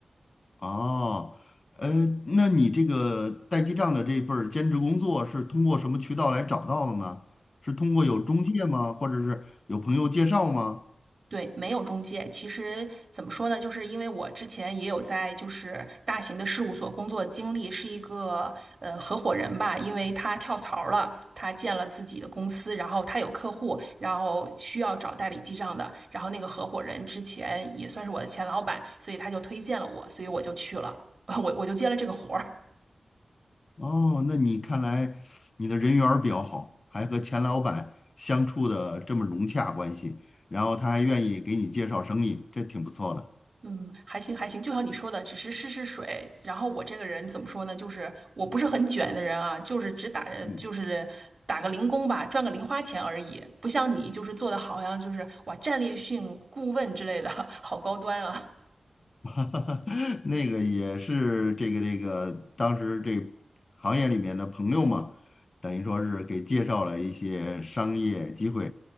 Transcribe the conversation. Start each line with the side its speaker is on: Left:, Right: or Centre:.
Left: 哦，呃，那你这个代记账的这份儿兼职工作是通过什么渠道来找到的呢？是通过有中介吗？或者是有朋友介绍吗？
Right: 对，没有中介。其实怎么说呢，就是因为我之前也有在就是大型的事务所工作的经历，是一个呃合伙人吧，因为他跳槽了，他建了自己的公司，然后他有客户，然后需要找代理记账的，然后那个合伙人之前也算是我的前老板，所以他就推荐了我，所以我就去了，<laughs> 我我就接了这个活儿。
Left: 哦，那你看来你的人缘儿比较好，还和钱老板相处的这么融洽关系，然后他还愿意给你介绍生意，这挺不错的。
Right: 嗯，还行还行，就像你说的，只是试试水。然后我这个人怎么说呢？就是我不是很卷的人啊，就是只打着就是打个零工吧，
Left: 嗯。
Right: 赚个零花钱而已。不像你，就是做的好像就是哇，战略性顾问之类的，<laughs> 好高端啊。
Left: <laughs> 那个也是这个这个，当时这行业里面的朋友嘛，等于说是给介绍了一些商业机会，